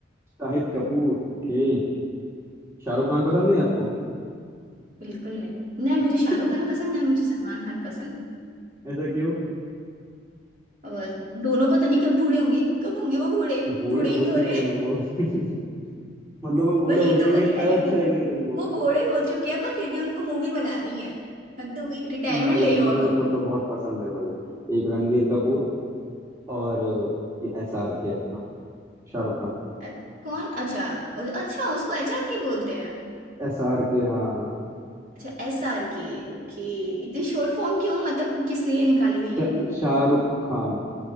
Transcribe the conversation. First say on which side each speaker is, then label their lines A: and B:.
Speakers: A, on the right; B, on the right.
A: शाहिद कपूर ओके शाहरुख खान पसंद नहीं आपको
B: बिल्कुल नहीं नहीं मुझे
A: <laughs>
B: शाहरुख खान पसंद नहीं मुझे सलमान खान पसंद
A: ऐसा क्यों
B: और दोनों पता नहीं कब बूढ़े होंगे कब होंगे वो बूढ़े
A: बूढ़े
B: बूढ़े ही
A: हो
B: नहीं हो
A: चुके
B: रहे
A: हैं वो <laughs> मतलब
B: <laughs>
A: वो बूढ़े
B: वही
A: हो जाएंगे
B: तो मैं कह
A: तब
B: रही
A: अच्छे
B: हूँ
A: लगेंगे तुमको
B: वो बूढ़े हो चुके हैं पर फिर भी उनको मूवी बनानी है हद हो गई रिटायरमेंट
A: मेरे
B: ले लो
A: मेरे
B: अब
A: को तो बहुत पसंद है भाई एक रणवीर कपूर और ये एस आर के अपना Shahrukh Khan
B: अ- कौन अच्छा अ- अच्छा उसको एचआर के बोलते हैं
A: S R K हाँ
B: अच्छा एस आर के ओके इतनी शॉर्ट फॉर्म क्यों मतलब किस लिए निकाली गई है
A: Sha,
B: ये
A: Shahrukh Khan